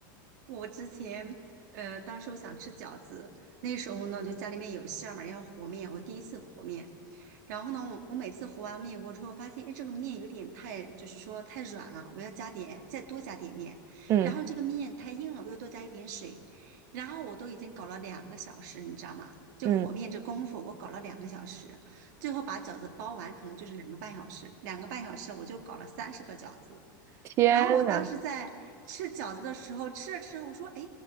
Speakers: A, on the right (about 55°); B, on the right (about 25°).
A: 我之前，呃，当时我想吃饺子，那时候呢，就家里面有馅儿嘛，要和面。我第一次和面，然后呢，我我每次和完面锅之后，发现哎，这个面有点太，就是说太软了，我要加点，再多加点面。
B: 嗯
A: 然后这个面太硬了，我又多加一点水。然后我都已经搞了两个小时，你知道吗？就和面这功夫，
B: 嗯，
A: 我搞了两个小时，最后把饺子包完，可能就是两个半小时。两个半小时我就搞了三十个饺子。
B: 天呐，
A: 然后我当时在吃饺子的时候，吃着吃着，我说：“哎，